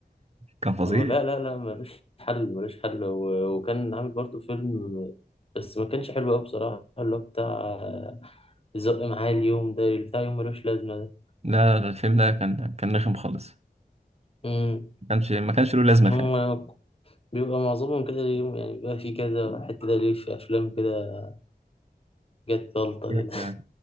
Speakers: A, on the right (about 40°); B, on the left (about 35°).
A: كان فظيع
B: هو لا لا لا ملوش حل ملوش حل و- وكان عامل برضه فيلم بس ما كانش حلو قوي بصراحة اللي هو بتاع زق معايا اليوم ده بتاع يوم ملوش لازمة ده
A: لا لا، الفيلم ده كان كان رخم خالص
B: مم.
A: ما كانش ما كانش له لازمة
B: هم
A: فعلا
B: بيبقى معظمهم كده اليوم يعني بيبقى في كذا واحد كده ليه في أفلام كده جت غلطة
A: بقول
B: كده
A: لك، آه،